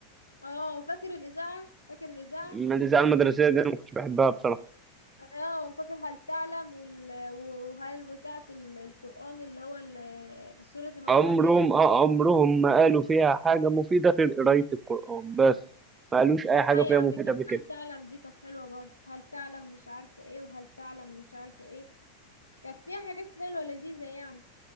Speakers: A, on the left (about 80°); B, on the right (about 20°).
A: اه فاكر الاذاعة فاكر الاذاعة
B: الاذاعه المدرسيه دي انا ما كنتش بحبها بصراحه
A: اه فاكر هل تعلم وال... وهل بتاعة ال- القرآن اللي هو ال- سورة من
B: عمرهم
A: الحديد
B: اه عمرهم ما قالوا فيها حاجه مفيده غير قرايه القران بس ما قالوش اي حاجه
A: لا
B: فيها
A: يا عم
B: مفيده
A: كانت
B: قبل كده
A: هل تعلم دي كانت حلوة برضه هل تعلم مش عارفة ايه وهل تعلم مش عارفة ايه كانت فيها حاجات حلوة لذيذة يعني